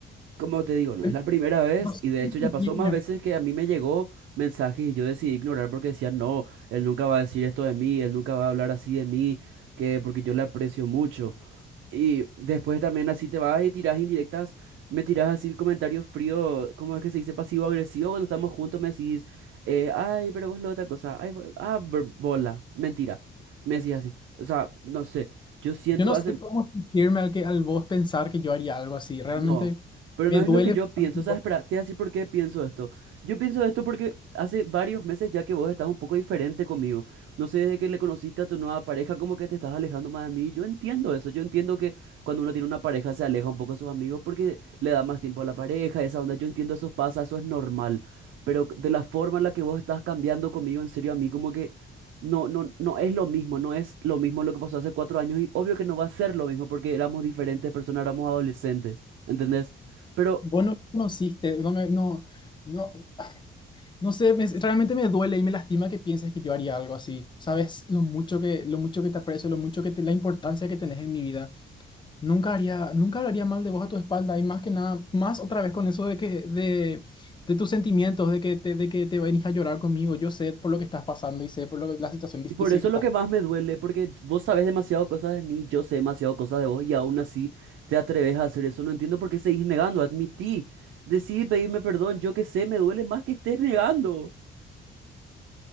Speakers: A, on the right; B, on the left.
A: Como te digo, no
B: Yo
A: es
B: no
A: la primera vez
B: no sé
A: y de
B: cómo
A: hecho
B: sentirme,
A: ya pasó más veces que a mí me llegó mensajes y yo decidí ignorar porque decía, no, él nunca va a decir esto de mí, él nunca va a hablar así de mí, que porque yo le aprecio mucho. Y después también así te vas y tiras indirectas, me tiras así comentarios fríos, ¿cómo es que se dice? Pasivo-agresivo, cuando estamos juntos me decís, eh, ay, pero vos lo otra cosa, ay, bo- ah, br- bola, mentira, me decís así, o sea, no sé, yo siento
B: yo no sé
A: hace,
B: cómo sentirme al, que, al vos pensar que yo haría algo así. Realmente
A: no, pero
B: me
A: no es
B: duele.
A: lo que yo
B: pensar
A: pienso.
B: que Vos
A: ¿Sabes? Espera, te voy a decir por qué pienso esto. Yo pienso esto porque hace varios meses ya que vos estás un poco diferente conmigo. No sé, desde que le conociste a tu nueva pareja, como que te estás alejando más de mí. Yo entiendo eso. Yo entiendo que cuando uno tiene una pareja se aleja un poco de sus amigos porque le da más tiempo a la pareja, esa onda. Yo entiendo eso pasa, eso es normal. Pero de la forma en la que vos estás cambiando conmigo, en serio, a mí como que... No, no, no es lo mismo, no es lo mismo lo que pasó hace cuatro años y obvio que no va a ser lo mismo porque éramos diferentes personas, éramos adolescentes, ¿entendés? Pero,
B: vos no me conociste, no, me- no, no, no sé, me- realmente me duele y me lastima que pienses que yo haría algo así. Sabes lo mucho que, lo mucho que te aprecio, lo mucho que te, la importancia que tenés en mi vida. Nunca haría, nunca hablaría mal de vos a tu espalda y más que nada, más otra vez con eso de que de, de tus sentimientos, de que te, de que te venís a llorar conmigo. Yo sé por lo que estás pasando y sé por lo que- la situación difícil
A: y por eso
B: que estás.
A: es lo que más me duele, porque vos sabés demasiado cosas de mí, yo sé demasiado cosas de vos y aún así te atreves a hacer eso, no entiendo por qué seguís negando, admití, decidí pedirme perdón, yo que sé, me duele más que estés negando.